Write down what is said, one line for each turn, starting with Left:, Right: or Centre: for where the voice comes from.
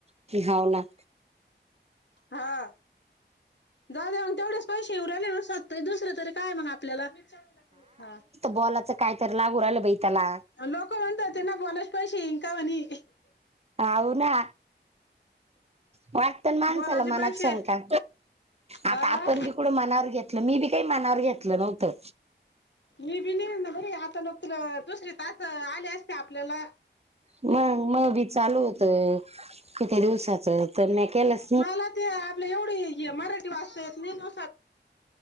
Right: की हाव ना
Left: हा झाले मग तेवढेच पैसेे येऊन राहिले ताई दुसरं तरी कायय मग आपल्याला हा
Right: बॉलाचं काय तर लागू राहील बाई त्याला
Left: लोक होऊन जाते ना बोलायच पैसेे येईन कवानी
Right: हाव ना वाटतन माणसाला
Left: बोलायचे
Right: मनात
Left: पैसे
Right: शंका आता
Left: आ
Right: आपण बि कुट मनावर घेत मी बी काय मनावर घेतलं नव्हतं
Left: मी बी नई आता बाई आता लोक तुल दुसरी टास्क आली असते आपल्याला
Right: मग मग बी चालू होतय किती दिवसाच तर म्या केलच
Left: मला ते आपली एवढी मराठी वाचता येत नाही ना